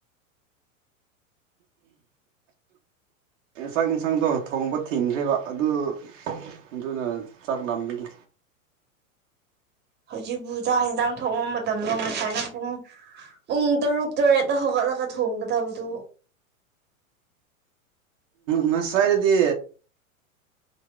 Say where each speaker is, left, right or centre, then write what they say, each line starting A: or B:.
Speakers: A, on the right; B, on the right.
A: ꯏꯟꯆꯥꯛ ꯁꯥꯡꯗꯣ ꯊꯣꯡꯕ ꯊꯤꯡꯈ꯭ꯔꯦꯕ ꯑꯗꯨ ꯑꯗꯨꯅ ꯆꯥꯛ ꯂꯥꯝꯕꯒꯤ
B: ꯍꯧꯖꯤꯛꯕꯨ ꯆꯥꯛ ꯌꯦꯟꯁꯥꯡ ꯊꯣꯡꯕ ꯃꯇꯝꯂꯣ ꯉꯁꯥꯏꯅ ꯄꯨꯡ ꯄꯨꯡ ꯇꯔꯨꯛ ꯇꯔꯦꯠꯇ ꯍꯧꯒꯠꯂꯒ ꯊꯣꯡꯒꯗꯕꯗꯨ
A: ꯉꯁꯥꯏꯗꯗꯤ